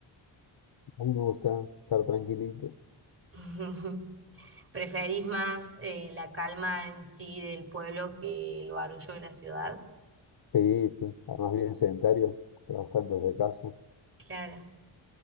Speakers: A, on the left (about 50°); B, on the right (about 25°).
A: A mí me gusta estar tranquilito.
B: <laughs> ¿Preferís más eh, la calma en sí del pueblo que el barullo de la ciudad?
A: Sí, sí. Además, bien sedentario, trabajando desde casa.
B: Claro.